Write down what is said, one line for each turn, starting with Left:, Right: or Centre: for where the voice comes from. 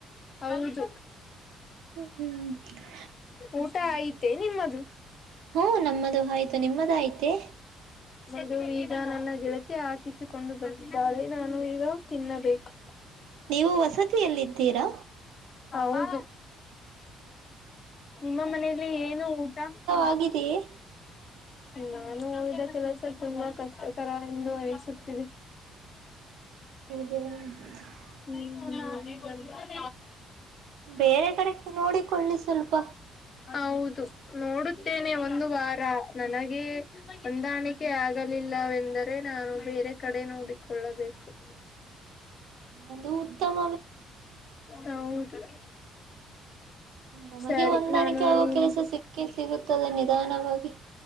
Left: ಹೌದು.
Right: <inaudible>
Left: ಊಟ ಆಐತೆೇ ನಿಮ್ಮದು.
Right: ಹ್ಮ ನಮ್ಮದು ಆಯ್ತು ನಿಮ್ಮದು ಆಯ್ತೆ.
Left: ದು ಈಗ ನನ್ನ ಗೆಳತಿ ಹಾಕಿಸಿಕೊಂಡು ಬಂದಿದ್ದಾಳೆ ನಾನು ಈಗ ತಿನ್ನಬೇಕು
Right: ನೀವು ವಸತಿಯಲ್ಲಿದ್ದೀರಾ
Left: ಹೌದು ನಿಮ್ಮ ಮನೇಲಿ ಏನು ಊಟ
Right: ಆಗಿದೆಯ
Left: ನಾನು ಹಿದ ಕೆಲಸ ತುಂಬಾ ಕಷ್ಟಕರ ಎಂದು ಅನಿಸುತ್ತೀ
Right: <inaudible>
Left: <unintelligible>
Right: ಬೇರೆ ಕಡೆ ನೋಡಿಕೊಳ್ಳಿ ಸ್ವಲ್ಪ.
Left: ಹೌದು ನೋಡುತ್ತೇನೆ ಒಂದು ವಾರ ನನಗೆೇ ಹೊಂದಾಣಿಕೆ ಆಗಲಿಲ್ಲವೆಂದರೆ ನಾನು ಬೇರೆ ಕಡೆ ನೋಡಿಕೊಳ್ಳಬೇಕು <inaudible>
Right: ಅದು ಉತ್ತಮ
Left: ಹೌದು
Right: ನಮಗೆ
Left: ಸರಿ
Right: ಹೊಂದಾಣಿಕೆ
Left: ನಾನು
Right: ಆಗೋ
Left: ನಿಮ್
Right: ಕೆಲಸ ಸಿಕ್ಕ ಸಿಗುತ್ತದೆ ನಿಧಾನವಾಗಿ.